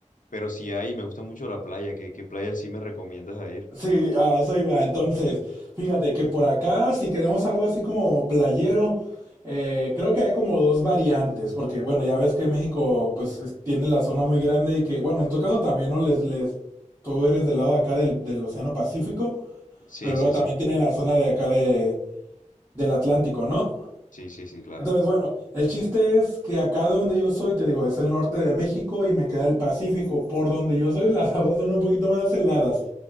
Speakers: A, on the left (about 85°); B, on the right (about 20°).
A: pero sí hay, me gusta mucho la playa. ¿Qué, qué playa sí me recomiendas a ir?
B: Sí, a eso iba. Entonces, fíjate que por acá, si queremos algo así como playero, eh, creo que hay como dos variantes, porque bueno, ya ves que México pues es- tiene la zona muy grande y que, bueno, en tu caso también, ¿no? Les, les, tú eres del lado de acá del, del Océano Pacífico,
A: Sí,
B: pero
A: sí,
B: luego
A: sí,
B: también tiene la zona de acá de, del Atlántico, ¿no?
A: sí, sí, sí, claro.
B: Entonces, bueno, el chiste es que acá de donde yo soy, te digo, es el norte de México y me queda el Pacífico. Por donde yo soy, <laughs> las aguas son un poquito más heladas.